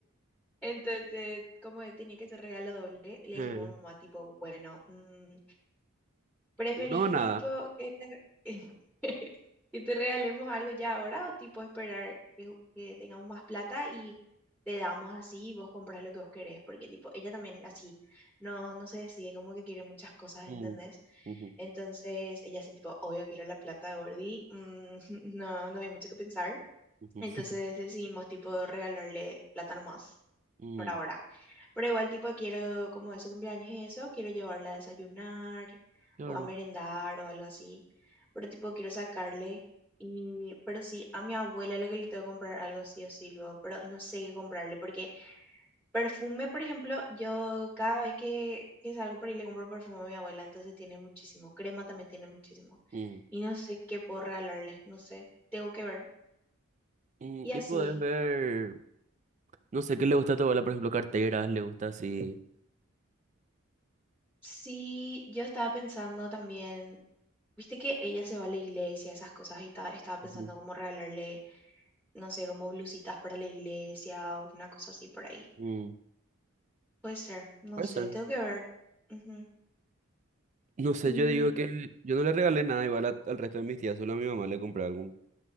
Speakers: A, in the centre; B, on the right.
A: Entonces, como tenía que ser regalo doble, le
B: Eh,
A: dijimos a mamá, tipo, bueno, mm, ¿preferís,
B: No, nada.
A: tipo, que te, <laughs> que te regalemos algo ya ahora o, tipo, esperar que, ju- que tengamos más plata y te damos así y vos compras lo que vos querés? Porque, tipo, ella también así no, no se decide como que quiere muchas cosas,
B: mm,
A: ¿entendés?
B: ujú,
A: Entonces, ella así, tipo, obvio, quiero la plata, Gordi mm, <laughs> no, no hay mucho que pensar.
B: ujú,
A: Entonces decidimos tipo regalarle plátano más
B: <laughs>
A: por ahora.
B: mm,
A: Pero igual tipo quiero, como es su cumpleaños y eso, quiero llevarla a desayunar
B: Claro.
A: o a merendar o algo así. Pero tipo quiero sacarle. Y, pero sí, a mi abuela lo que le tengo que comprar algo sí o sí luego, pero no sé qué comprarle, porque perfume, por ejemplo, yo cada vez que, que salgo por ahí le compro perfume a mi abuela, entonces tiene muchísimo, crema también tiene muchísimo,
B: mm,
A: y no sé qué puedo regalarle, no sé, tengo que ver.
B: Mm,
A: Y
B: Y
A: así.
B: puedes ver, no sé, ¿qué le gusta a tu abuela? Por ejemplo, carteras, le gusta así.
A: Sí, yo estaba pensando también, viste que ella se va a la iglesia, esas cosas, y ta- estaba pensando
B: <laughs> ujú,
A: cómo regalarle, no sé, como blusitas para la iglesia o una cosa así por ahí.
B: mm.
A: Puede ser, no
B: Puede
A: sé,
B: ser.
A: tengo que ver. Ujú.
B: No sé,
A: Y,
B: yo digo que yo no le regalé nada igual a- al resto de mis tías, solo a mi mamá le compré algo.